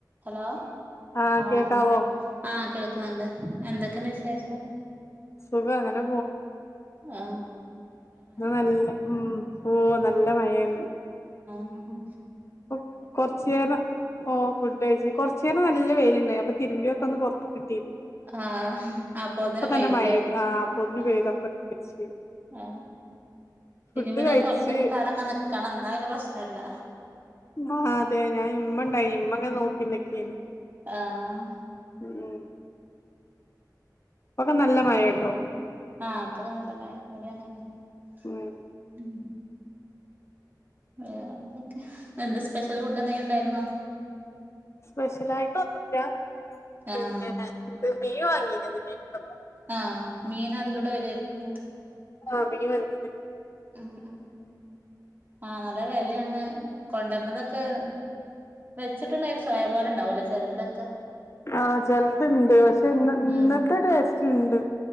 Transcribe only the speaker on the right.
Hello
ആ
ആ കേൾക്കുന്നുണ്ട് എന്തൊക്കെ ഉണ്ട് വിശേഷം
ആ
ഉം
ആ അപ്പൊതിന്
പെയ്യൂല്ലേ
ആ
ആ
തിരുമ്പിട്ട്
പുറത്തേക്ക് ഇട്ട് അവിടെ അങ്ങനെ നിക്കണം എന്നാ അ പ്രശ്നല്ല
ആഹ്
വേറെ
ആ അപ്പൊത കായടെങ്ങന്ന്
<inaudible> വേറെ എന്തൊക്കെ എന്താ സ്പെഷ്യൽ ഫുഡ് എന്തെങ്കിലും ഉണ്ടായിരുന്നോ
ആഹ്
ആ മീൻ അതിലൂടെ വരാരിക്കും
ഉം ഉം ആഹ് നല്ല വെലയാണ് കൊണ്ടരണതൊക്കെ വെച്ചിട്ടുണ്ടായി ഒരു ചൊയ പോലെ ഉണ്ടാവൂലോ ചിലരതൊക്കെ
ഉം